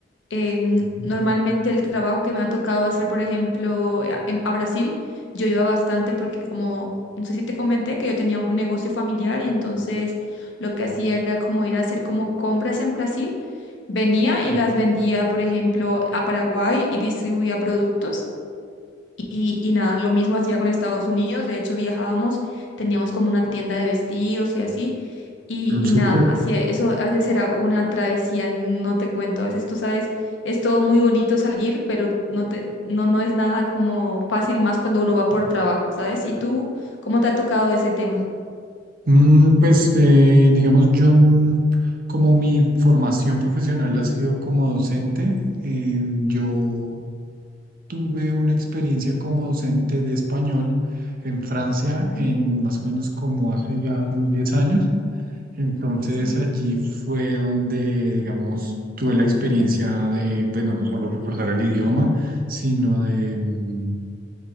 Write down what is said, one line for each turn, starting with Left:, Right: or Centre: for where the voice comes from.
Left: em,
Right: ujú.
Left: normalmente el trabajo que me ha tocado hacer, por ejemplo, a em- a Brasil, yo iba bastante porque que como, no sé si te comenté que yo tenía un negocio familiar y entonces lo que hacía era como ir a hacer como compras en Brasil, venía
Right: Ok,
Left: y las vendía, por ejemplo, a Paraguay y distribuía productos. Y, y nada, lo mismo hacía con Estados Unidos, de hecho viajábamos, teníamos como una tienda de vestidos y así, y,
Right: mm,
Left: y
Right: súper.
Left: nada, hacía eso, a veces era una travesía, no te cuento, a veces tú sabes, es todo muy bonito salir, pero no te, no, no es nada como fácil más cuando uno va por trabajo, ¿sabes? ¿Y tú cómo te ha tocado ese tema?
Right: Mm, pues eh, digamos, yo n- como mi formación profesional ha sido como docente, eh, yo tuve una experiencia como docente de español en Francia
Left: Sí,
Right: en más o menos como hace ya unos 10 años. Entonces
Left: sí.
Right: allí fue donde, digamos, tuve la experiencia de, bueno, no solo reforzar el idioma, sino de, mm,